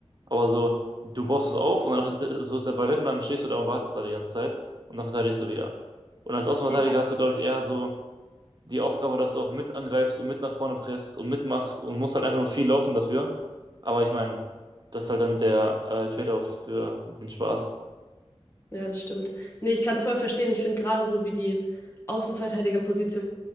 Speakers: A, on the right; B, on the left.
A: Aber so, du baust es auf und danach ist, so ist der Ball weg und dann stehst du da und wartest da die ganze Zeit und dann verteidigst du wieder. Und als Außenverteidiger
B: ja,
A: hast du, glaube ich, eher so die Aufgabe, dass du auch mit angreifst und mit nach vorne presst und mitmachst und musst halt einfach nur viel laufen dafür. Aber ich meine, das ist halt dann der äh, Trade-off für den Spaß.
B: ja, das stimmt. Nee, ich kann es voll verstehen. Ich finde gerade so, wie die Außenverteidigerposition